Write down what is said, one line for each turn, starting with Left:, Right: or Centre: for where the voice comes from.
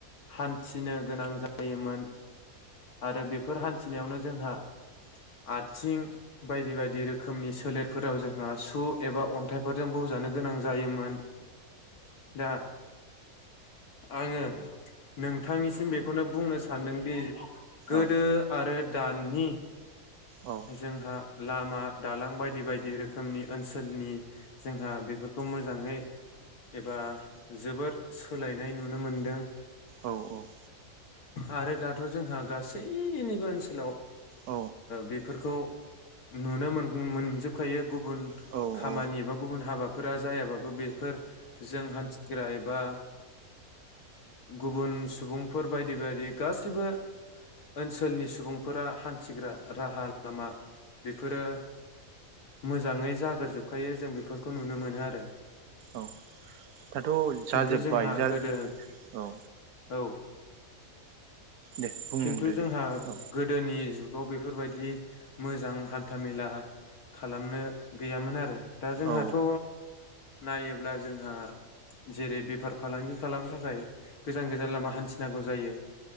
Left: हान्थिनो गोनां जायोमोन। आरो बेफोर हान थिनायावनो जोंहा आ थिं बायदि बायदि रोखोमनि सोलेरफोराव जोंहा सु एबा अन्थाइफोरजों बौजानो गोनां जायोमोन दा आङो नोंथांनिसिम बेखौनो बुंनो सानदोंदि गोदो
Right: औ
Left: आरो दानि
Right: औ औ
Left: जोंहा लामा दालां बायदि बायदि रोखोमनि ओनसोलनि जोंहा बेफोरखौ मोजाङै एबा जोबोर सोलायनाय नुनो मोनदों।
Right: औ औ।
Left: आरो दाथ' जोंहा गासैनिबो ओनसोलाव ओ
Right: औ
Left: बे फोरखौ नुनो मोन मोनजोखायो गुबुन
Right: औ
Left: खामानि
Right: औ
Left: एबा गुबुन हाबाफोरा जायाबाबो बेफोर जों हान्थिग्रा एबा गुबुन सुबुंफोर बायदि बायदि गासिबो ओनसोलनि सुबुंफोरा हान्थिग्रा राहा लामा बेफोरो मोजाङै जाग्रोजोबखायो जों बेफोरखौ नुनो मोनो आरो
Right: औ दाथ' जाजोब्बाय
Left: खिन्थु जोंहा
Right: जा
Left: गोदो
Right: औ।
Left: औ
Right: दे बुंदो
Left: खिन्थु जोंहा
Right: दे औ
Left: गोदोनि जुग आव बेफोरबायदि मोजां हान्थामेला खालामनो गैयामोन आरो दा जोंहाथ'
Right: औ
Left: नायोब्ला जोंहा जेरै बेफार फालांगि खालामनो थाखाय गोजान गोजान लामा हान्थिनांगौ जायो।